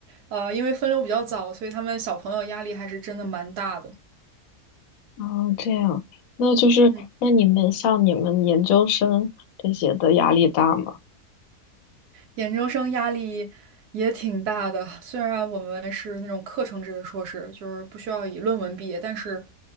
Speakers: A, on the right; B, on the left.
A: 呃，因为分流比较早，所以他们小朋友压力还是真的蛮大的。
B: 哦，这样，那就是那你们像你们研究生这些的压力大吗？
A: 嗯。研究生压力也挺大的，虽然我们是那种课程制的硕士，就是不需要以论文毕业，但是，